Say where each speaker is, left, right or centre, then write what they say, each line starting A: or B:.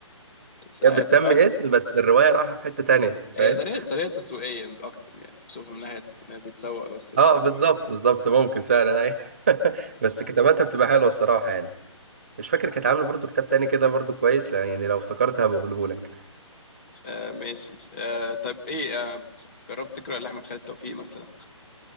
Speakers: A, on the left; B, on the right.
A: مش
B: يعني
A: عارف
B: بتسمي
A: بقى
B: اسم بس الروايه رايحه في حته تانية
A: هي
B: فاهم
A: طريقه طريقه تسويقيه اكتر يعني بشوفها من ناحيه انها بتسوق بس لل-
B: اه بالظبط بالظبط ممكن فعلا ايوه <laughs> بس كتاباتها بتبقى حلوه الصراحه يعني مش فاكر كانت عامله برضو كتاب تاني كده برضو كويس لا يعني لو افتكرتها بقوله لك
A: آه ماشي آه طب ايه آه جربت تقرا لاحمد خالد توفيق مثلا